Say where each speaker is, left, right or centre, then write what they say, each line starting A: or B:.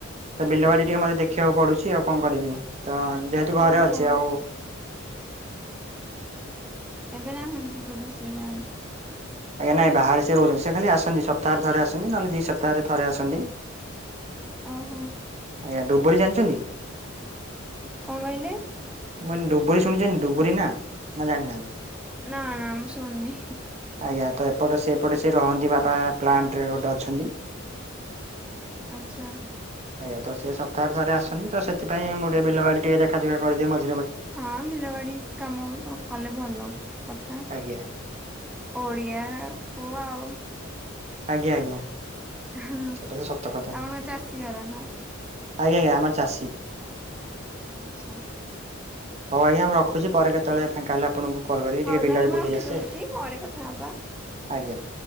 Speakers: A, on the right (about 35°); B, in the centre.
A: ତ ବିଲବାଡ଼ି ଟିକେ ମତେ ଦେଖିବାକୁ ପଡ଼ୁଛି ଆଉ କଁ କରିବି ତ ଯେହେତୁ ଘରେ
B: ଓହୋ
A: ଅଛି ଆଉ
B: ଏବେ ନାହାନ୍ତି ବୋଧେ ସେ ଗାଁ
A: ଆଜ୍ଞା ନାଇଁ ବାହାରେ ସିଏ ରହୁଚନ୍ତି ସେ ଖାଲି ଆସନ୍ତି ସପ୍ତାହରେ ଥରେ ଆସନ୍ତି ନହେଲେ ଦି ସପ୍ତାହରେ ଥରେ ଆସନ୍ତି।
B: ଓହୋ
A: ଆଜ୍ଞା ଡୁବୁରୀ ଜାଣିଛନ୍ତି?
B: କଁ କହିଲେ?
A: ମୁଁ ଅଇନି ଡୁବରି ଶୁଣିଚନ୍ତି ଡୁବରି ନାଁ ନାଁ ଜାଣିନାହାନ୍ତି?
B: ନାଁ ମୁଁ ଶଣିନି।
A: ଆଜ୍ଞା ତ ଏପଟ ସେପଟେ ସେ ରହନ୍ତି ବାପା ପ୍ଲାଣ୍ଟ୍ ରେ ଗୋଟେ ଅଛନ୍ତି।
B: ଆଚ୍ଛା।
A: ଆଜ୍ଞା ତ ସିଏ ସପ୍ତାହରେ ଥରେ ଆସନ୍ତି ତ ସେଥିପାଇଁ ମୁଁ ଟିକେ ବିଲ ବାଡ଼ି ଟିକେ ଦେଖାଦୁଖା କରିଦିଏ ମଝି
B: ହଁ ବିଲ ବାଡ଼ି କାମ ତ କଲେ ଭଲ କଥା।
A: ଆଜ୍ଞା
B: ଓଡ଼ିଆ ପୁଅ ଆଉ।
A: ଆଜ୍ଞା ଆଜ୍ଞା।
B: ହଁ ଆପଣଙ୍କ
A: ସେଟା ତ ସତ କଥା
B: ଚାଷୀ ଘର ନାଁ?
A: ଆଜ୍ଞା ଆଜ୍ଞା ଆମର ଚାଷୀ।
B: ଆଚ୍ଛା।
A: ହଉ ଆଜ୍ଞା ମୁଁ ରଖୁଚି ପରେ କେତୋଳେ ଫାଙ୍କା ହେଲେ ଆ ଆପଣଙ୍କୁ କଲ କରିବି
B: ହଉ
A: ଟିକେ ବିଲିରେ
B: ତାହେଲେ ମୁଁ
A: ବୁଲିକି
B: ରଖିଦଉଛି
A: ଆସେ।
B: ପରେ କଥା ହବା।
A: ଆଜ୍ଞା।